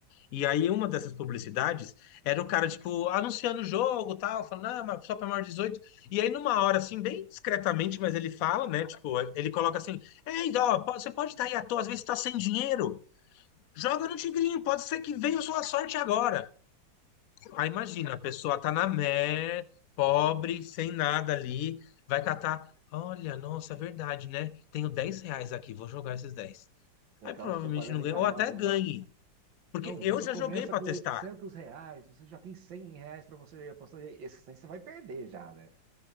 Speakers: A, on the left; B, on the right.
A: E aí, uma dessas publicidades era o cara, tipo, anunciando o jogo, tal, falando, ah, mas só para maior de 18. E aí, numa hora, assim, bem discretamente, mas ele fala, né? Tipo, ele coloca assim: Ei, ó, po- você pode estar aí à toa, às vezes está sem dinheiro. Joga no Tigrinho, pode ser que venha a sua sorte agora. Aí, imagina, a pessoa tá na mer, pobre, sem nada ali, vai catar. Olha, nossa, é verdade, né? Tenho 10 reais aqui, vou jogar esses dez
B: Pô,
A: Aí
B: aquelas
A: provavelmente
B: propagandas
A: não ganha,
B: enganosas,
A: ou até ganhe.
B: né? Não,
A: Porque eu
B: você
A: já
B: começa
A: joguei para
B: com
A: testar.
B: 800 reais, você já tem 100 reais para você apostar. Esses 100 você vai perder já, né?